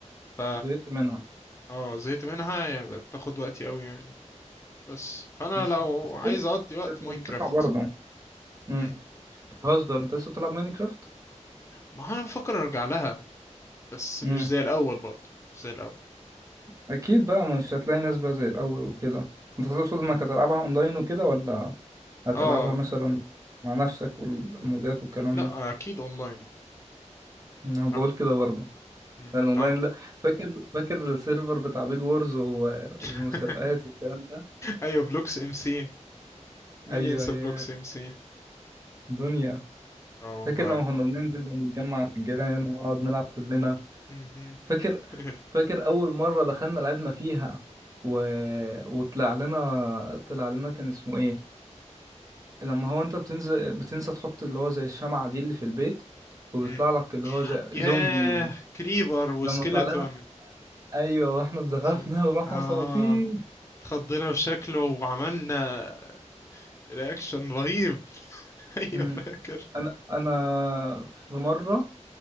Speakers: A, on the left; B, on the right.
A: ف
B: زهقت منها
A: اه زهقت منها يعني بقت تاخد وقتي قوي يعني بس فانا
B: بس
A: لو
B: بس
A: عايز اقضي وقت
B: كانت
A: ماينكرافت
B: ممتعة برضه مم.
A: مم.
B: بتهزر انت لسه بتلعب ماينكرافت
A: ما هو انا بفكر ارجع لها بس مش
B: امم
A: زي الاول برضه مش زي الاول
B: اكيد بقى مش هتلاقي ناس بقى زي الاول وكده انت تقصد
A: مم.
B: انك هتلعبها اونلاين وكده ولا هتلعبها
A: اه
B: مثلا مع نفسك والمودات والكلام
A: لا
B: ده
A: اكيد اونلاين
B: انا بقول
A: آه.
B: كده برضه
A: مم.
B: لان اونلاين
A: آه.
B: لا فاكر فاكر السيرفر بتاع بيد وورز و- والمسابقات
A: <laughs>
B: والكلام ده
A: ايوه بلوكس ام سي مين
B: ايوه
A: ينسى
B: يا
A: بلوك سي سي
B: دنيا
A: اه والله
B: فاكر لما كنا بننزل ونتجمع عند الجيران ونقعد نلعب كلنا
A: مهم.
B: فاكر
A: <laughs>
B: فاكر اول مره دخلنا لعبنا فيها و... وطلع لنا طلع لنا كان اسمه ايه لما هو انت بتنزل بتنسى تحط اللي هو زي الشمعة دي اللي في البيت وبيطلع
A: مم.
B: لك اللي هو زي
A: ياه
B: زومبي
A: كريبر وسكيلتون
B: لما طلع لنا ايوه واحنا اتزغفنا
A: مظبوط.
B: ورحنا
A: اه
B: مساطين
A: اتخضينا في شكله وعملنا رياكشن رهيب <laughs> ايوه
B: مم.
A: فاكر
B: انا انا في مرة